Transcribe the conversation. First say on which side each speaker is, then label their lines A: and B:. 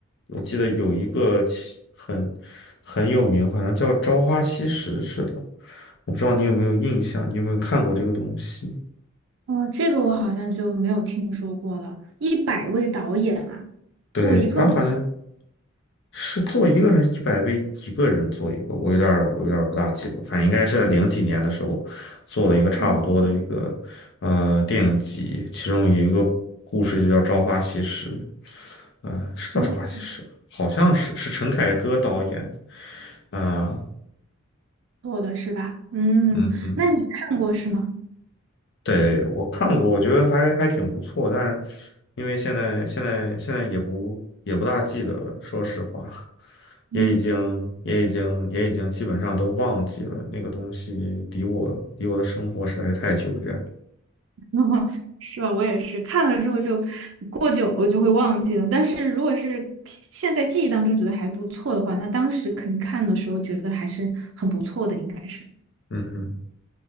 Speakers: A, on the left (about 60°); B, on the right (about 65°).
A: 我记得有一个其很很有名，好像叫《朝花夕拾》似的，我不知道你有没有印象，你有没有看过这个东西？
B: 哦，这个我好像就没有听说过了。一百位导演啊，
A: 对，
B: 做一个作
A: 他好像是做一个还是一百位一个人做一个，我有点儿我有点儿不大记住，反正应该是在零几年的时候做了一个差不多的一个呃电影集，
B: 品
A: 其中有一个故事就叫《朝花夕拾》，嗯，是叫《朝花夕拾》吧，
B: 嗯
A: 好像是是陈凯歌导演的，啊、
B: 做的是吧？嗯，
A: 嗯哼，
B: 那你看过是吗？
A: 对，我看过，我觉得还还挺不错，但是因为现在现在现在也不也不大记得了，说实话，
B: 嗯，
A: 也已经也已经也已经基本上都忘记了那个东西，离我离我的生活实在是太久远。
B: <laughs> 是吧？我也是看了之后就过久了我就会忘记了。但是如果是现在记忆当中觉得还不错的话，那当时肯定看的时候觉得还是很不错的，应该是。
A: 嗯哼，